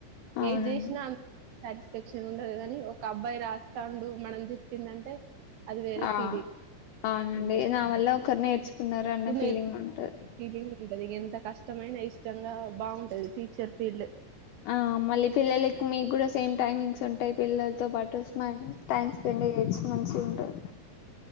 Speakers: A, on the left; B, on the right.
A: అవునండి
B: ఏ జేసినా అ సాటిస్స్ఫాక్షన్ ఉండదు గానీ ఒక అబ్బాయి రాస్తాండు మనం చెప్పిందంటే అది వేర
A: ఆ
B: ఫీలింగ్
A: అవునండి
B: అంతే
A: నా వల్ల
B: ఉ
A: ఒకరు నేర్చుకున్నారు
B: ఉప్పు
A: అన్న
B: నేర్పు
A: ఫీలింగ్ ఉంటది
B: అ ఫీలింగ్ ఉంటది ఇగ ఎంత కష్టమైనా ఇష్టంగా బాగుంటది టీచర్ ఫీల్డ్
A: ఆ మళ్ళీ పిల్లలు ఎక్కు మీకు కూడా సేమ్ టైమింగ్స్ ఉం అంటె పిల్లలతో పాటు స్మన్ టైం స్పెండ్ చెయ్యొచ్చు మంచి ఉంటంది